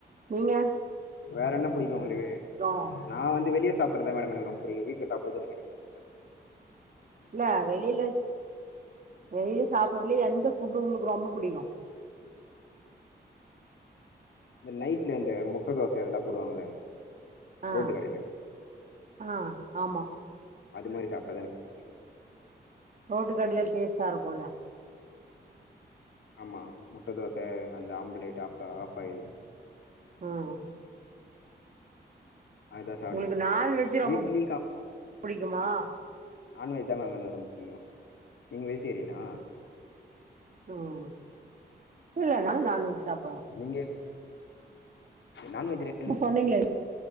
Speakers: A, on the right; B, on the left.
A: நீங்க
B: வேற என்ன புடிக்கு உங்களுக்கு
A: <unintelligible>
B: நா வந்து வெளிய சாப்பட்றதா மேடம் எனக்கு ரொம்ப புடிக்கு வீட்ல சாப்பட்றத விட வெளிய சாப்பட் <inaudible>
A: இல்ல வெளில வெளில சாப்பிடறதுலே எந்த ஃபுட்டு உங்களுக்கு ரொம்ப புடிக்கு
B: இந்த நைட்ல இந்த முட்ட தோச இதெல்லா போடுவாங்கல்ல
A: ஆ
B: ரோட்டு கடைல
A: ஆ ஆமா
B: அது மாரி சாப்டா தா எனக் புடிக்கு
A: ரோட்டு கடைல டேஸ்டா இருக்குல்ல
B: ஆமா முட்ட தோசை அந்த ஆம்ப்லேட்டு அப்ற ஆப்பாயில்
A: ம்
B: அதுதா சாப்டுவே
A: உங்களுக்கு நான்வெஜ்ஜு ரொம்ப
B: வீக்லி
A: புடிக்குமா
B: நான்வெஜ்ஜு தா மேம் எனக் ரொம்ப புடிக்கு நீங்க வெஜிடேரியனா
A: ம் இல்ல நா நான்வெஜ் சாப்டுவே
B: நீங்க நான்வெஜ்ஜு தே
A: என்னமோ சொன்னீங்ளே